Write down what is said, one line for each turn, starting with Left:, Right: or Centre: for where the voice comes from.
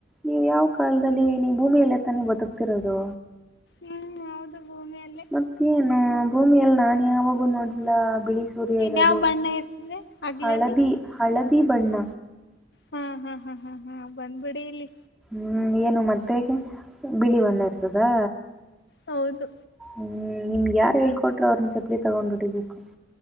Centre: ನೀವು್ ಯಾವ ಕಾಲದಲ್ಲಿ ನೀವು ಭೂಮಿಯಲ್ಲ ತಾನ ಬದುಕ್ತಿರೋದು
Left: ಹ್ಮ್ ಹೌದು ಭೂಮಿಯಲ್ಲೇ
Centre: ಮತ್ತೇಏನು ಭೂಮಿಯಲ್ಲಿ ನಾನ್ ಯಾವಾಗೂ ನೋಡ್ಲ್ಲ ಬಿಳಿ ಸೂರ್ಯ
Left: ಇನ್ಯಾವ್
Centre: ಇರೋದು
Left: ಬಣ್ಣ ಇರ್ತದೆ ಹಗ್ಲಲ್ಲಿ
Centre: ಹಳದಿ ಹಳದಿ ಬಣ್ಣ
Left: ಹಾ ಹಾ ಹಾ ಹಾ ಹಾ ಬಂದ್ಬಿಡ ಇಲ್ಲಿ
Centre: ಹ್ಮ್ ಏನು ಮತ್ತೆ ಬಿಳಿ ಬಂದ ಇರ್ತದಾ
Left: ಹೌದು
Centre: ಹ್ಮ್ ನಿಮ್ ಯಾರ್ಳ್ಕೊಟರು ಅವ್ರನ್ನ ಚಪ್ಲಿ ತಗೊಂಡ್ಬಿಟಿ ಬುಕ್